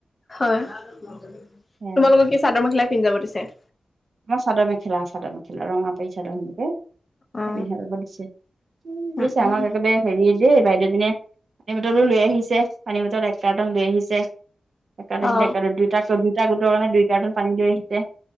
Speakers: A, on the left; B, on the right.
A: হয়, তোমালোকক
B: সেয়া
A: কি চাদৰ-মেখেলাই পিন্ধি যাব দিছে?
B: আমা, চাদৰ-মেখেলা, চাদৰ-মেখেলা, ৰঙা পাৰী চাদৰ সেনেকে। হে
A: অ
B: পিন্ধি যাব দিছে,
A: উম
B: দিছে
A: উম
B: আমাক একেবাৰে- হেৰিয়ে দেই, বাইদেউজনীয়ে পানীৰ বটলটো লৈ আহিছে, পানীৰ বটল এক কাৰ্টন লৈ আহিছে। এককাৰটোন
A: অ
B: এপিনে দুইটাকো দুইটা গোটৰ কাৰণে দুই কাৰ্টন পানী লৈ আহিছে।